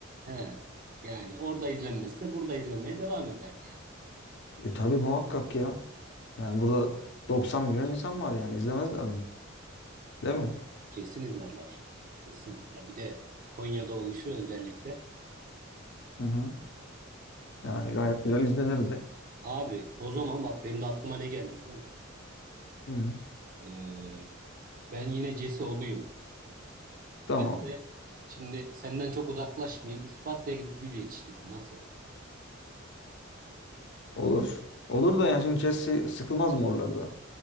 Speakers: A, on the right; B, on the left.
A: He. Yani orada izlenmezse burada izlenmeye devam eder
B: E tabii muhakkak ya. Yani burada 90 milyon insan var yani izlemezler mi? Değil mi?
A: Kesin izlerler. Kesin. Ya bir de Konya'da oluşu özellikle.
B: Hı hı. Yani gayet güzel izlenirdi.
A: Abi o zaman bak benim de aklıma ne geldi biliyor musun?
B: Hı. hı.
A: Ee, ben yine Cesi olayım.
B: Tamam.
A: Ben de şimdi senden çok uzaklaşmayayım. Isparta'ya gidip gül yetiştireyim. Nasıl?
B: Olur. Olur da yani şimdi Chelsea sıkılmaz mı oralarda?